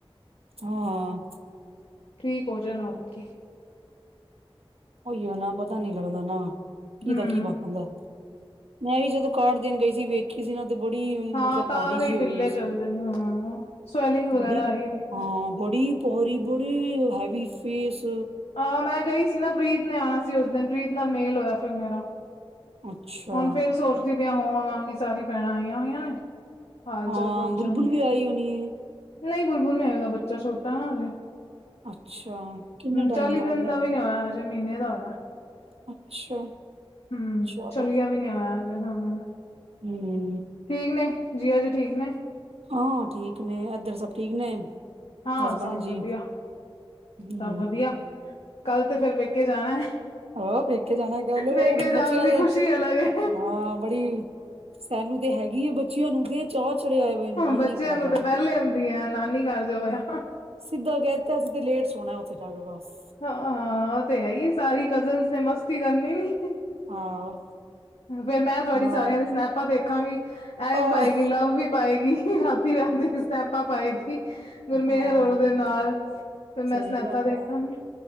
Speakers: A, on the right (about 85°); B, on the left (about 85°).
A: ਹਾਂ,
B: ਠੀਕ ਹੋ ਜਾਣਾ ਹੋਰ ਕੀ,
A: ਉਹੀਓ ਨਾ ਪਤਾ ਨੀ ਲੱਗਦਾ ਨਾ ਕੀ
B: ਹਮ
A: ਦਾ ਕੀ ਬਣਦਾ। ਮੈਂ ਵੀ ਜਦੋਂ ਕਾਰਡ ਦੇਣ ਗਈ ਸੀ ਵੇਖ ਕੀ ਸੀ ਨਾ ਤੇ ਬੜੀ
B: ਹਾਂ
A: ਮਤਲਬ
B: ਤਾਂ
A: ਭਾਰੀ
B: ਦੇ
A: ਜੀ ਹੋਈ-ਹੋਈ
B: ਢਿੱਲੇ
A: ਸੀ
B: ਚੱਲਦੇ ਹਾਂ ਸਵੈਲਿੰਗ ਵਗੈਰਾ
A: ਬੜੀ
B: ਆਈ ਹੋਈ ਆ।
A: ਹਾਂ ਬੜੀ ਭਾਰੀ ਬੜੀ ਹੈਵੀ ਫੇਸ
B: ਹਾਂ, ਮੈਂ ਗਈ ਸੀ ਨਾ ਪ੍ਰੀਤ ਨੇ ਆਣਾ ਸੀ ਉਸ ਦਿਨ ਪ੍ਰੀਤ ਨਾਲ ਮੇਲ ਹੋਇਆ ਫਿਰ ਮੇਰਾ।
A: ਅੱਛਾ
B: ਹੁਣ ਫੇਰ ਸੋਚਦੀ ਪਈ ਆ ਹੋ ਆਵਾਂਗੀ ਸਾਰੀ ਭੈਣਾਂ ਆਈਆਂ ਹੋਈਆਂ ਨੇ। ਹਾਲ
A: ਹਾਂ
B: ਚਾਲ ਪੁੱਛਾਂਗੇ
A: ਬੁਲਬੁਲ ਵੀ ਆਈ ਹੋਣੀ ਏ।
B: ਨਈ ਬੁਲਬੁਲ ਨੀ ਓਦਾਂ ਬੱਚਾ ਛੋਟਾ ਨਾ ਅਜੇ।
A: ਅੱਛਾ ਕਿੰਨੇ ਟਾਈਮ?
B: ਚਾਲੀ ਦਿਨ
A: ਹੋ ਗਿਆ
B: ਦਾ ਵੀ ਨੀ ਹੋਇਆ ਹਜੇ ਮਹੀਨੇ ਦਾ ਹੋਇਆ
A: ਅੱਛਾ
B: ਹੂੰ
A: ਚਲੋ
B: ਚੱਲ <unintelligible> ਵੀ ਨੀ ਹੋਇਆ ਹਜੇ ਹਾਂ।
A: ਹੂੰ।
B: ਠੀਕ ਨੇ ਜੀਆ ਜੀ ਠੀਕ ਨੇ?
A: ਹਾਂ ਠੀਕ ਨੇ ਏਧਰ ਸਭ ਠੀਕ ਨੇ?
B: ਹਾਂ,
A: ਹਸਬੈਂਡ
B: ਸਭ
A: ਜੀ
B: ਵਧੀਆ
A: ਹੂੰ
B: ਸਭ ਵਧੀਆ ਕੱਲ ਤੇ ਫੇਰ ਪੇਕੇ ਜਾਣਾ।
A: ਹੋਰ, ਪੇਕੇ ਜਾਣਾ ਕੱਲ ਉਹ
B: ਪੇਕੇ ਜਾਣ
A: ਬੱਚਿਆਂ
B: ਦੀ
A: ਦੇ
B: ਖੁਸ਼ੀ ਅਲੱਗ ਏ
A: ਹਾਂ ਬੜੀ ਸਾਨੂੰ ਤੇ ਹੈਗੀ ਏ ਬੱਚਿਆਂ ਨੂੰ ਤੇ ਚਾਹ ਚੜਿਆ ਹੋਇਆ ਨਾਨੀ
B: ਬੱਚਿਆਂ
A: ਘਰ
B: ਨੂੰ
A: ਜਾਣਾ
B: ਤੇ ਪਹਿਲੇ ਹੁੰਦੀ ਆ ਨਾਨੀ ਘਰ ਜੋ ਐ।
A: ਸਿੱਧਾ ਕਹਿ ਤਾ ਅਸੀਂ ਤਾਂ ਲੇਟ ਸੌਣਾ ਉੱਥੇ ਜਾ ਕੇ ਬਸ।
B: ਹਾਂ ਉਹ ਤੇ ਹੈਈ ਸਾਰੀ ਕਜਨ ਨੇ ਮਸਤੀ ਕਰਨੀ ਨੀ।
A: ਹਾਂ,
B: ਫੇਰ ਮੈਂ ਤੁਹਾਡੀ
A: ਹਾਂ
B: ਸਾਰਿਆਂ ਦੀ ਸਨੈਪਾਂ ਦੇਖਾਂਗੀ ਇਹ
A: ਆਹ
B: ਵੀ ਪਾਏਗੀ ਲਵ ਵੀ ਪਾਏਗੀ। ਸਨੈਪਾਂ ਪਾਏਗੀ। ਗੁਰਮੇਹਰ
A: ਹਾਂ
B: ਹੋਰ ਦੇ ਨਾਲ ਫਿਰ ਮੈਂ
A: ਸਹੀ
B: ਸਨੈਪਾ
A: ਗੱਲ
B: ਦੇਖਾਂਗੀ।
A: ਆ